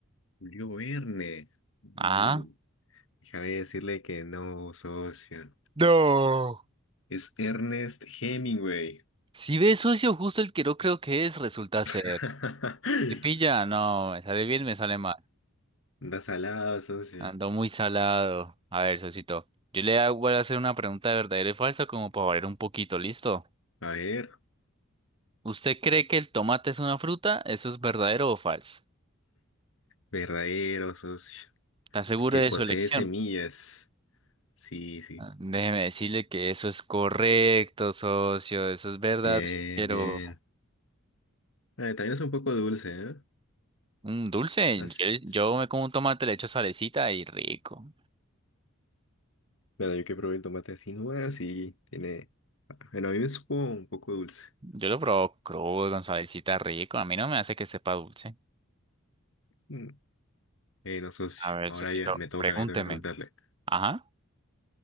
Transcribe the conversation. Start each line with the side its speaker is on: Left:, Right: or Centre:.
Left: Julio Verne. Mm,
Right: Ah.
Left: déjame decirle que no, socio.
Right: No.
Left: Es Ernest Hemingway.
Right: Si ve, socio, justo el que no creo que es, resulta ser.
Left: <laughs>
Right: ¿Te pilla? No, me sale bien, me sale mal.
Left: Anda salado, socio.
Right: Ando muy salado. A ver, Sosito. Yo le hago- voy a hacer una pregunta de verdadero y falso como para variar un poquito, ¿listo?
Left: A ver.
Right: ¿Usted cree que el tomate es una fruta? ¿Eso es verdadero o falso?
Left: Verdadero, socio.
Right: ¿Está seguro
Left: Porque
Right: de
Left: posee
Right: su elección?
Left: semillas. Sí, sí.
Right: Ah, Déjeme decirle que eso es correcto, socio. Eso es verdadero.
Left: Bien, bien. Ah, también es un poco dulce, ¿eh?
Right: Un dulce.
Left: As-
Right: Yo, yo me como un tomate, le echo salecita y rico.
Left: Bueno, yo que probé el tomate así nomás y tiene... Bueno, a mí me supo un poco dulce.
Right: Yo lo probo crudo con salecita rico. A mí no me hace que sepa dulce.
Left: Mm. Eh, no, socio.
Right: A ver,
Left: Ahora
Right: Sosito,
Left: ya me toca,
Right: pregúnteme.
Left: me toca preguntarle.
Right: Ajá.